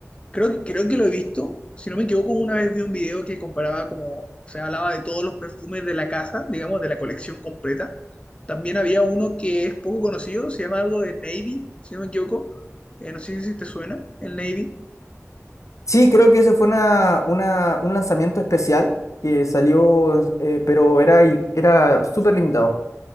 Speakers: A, on the left (about 20°); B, on the left (about 80°).
A: Creo que, creo que lo he visto. Si no me equivoco, una vez vi un video que comparaba como, o sea, hablaba de todos los perfumes de la casa, digamos, de la colección completa. También había uno que es poco conocido, se llama algo de Navy, si no me equivoco. Eh, no sé si te suena, el Navy.
B: Sí, creo que ese fue una, una- un lanzamiento especial que salió, eh, pero era, il- era súper limitado.